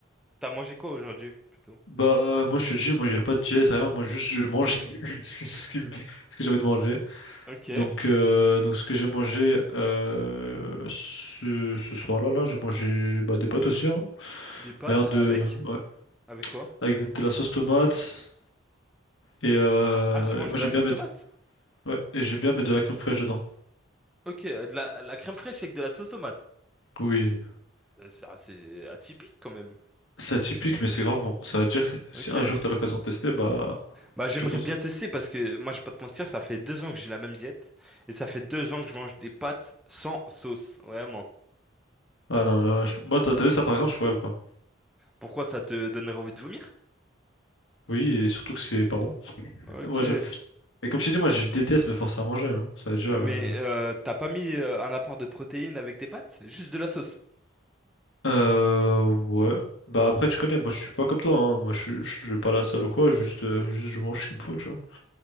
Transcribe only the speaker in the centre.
T'as mangé quoi aujourd'hui plutôt?
Ok.
Des pâtes
avec
avec quoi?
Ah tu manges
de
la sauce
tomate?
Ok, de la, la crème fraîche avec de la sauce tomate.
Euh, C'est assez atypique quand même.
Ok.
Bah, j'aimerais
bien tester parce que moi, je vais pas te mentir, ça fait deux ans que j'ai la même diète et ça fait deux ans que je mange des pâtes sans sauce, vraiment.
Pourquoi ça te donnerait envie de vomir?
Ok.
Mais euh, t'as pas mis euh, un apport de protéines avec tes pâtes? Juste de la sauce.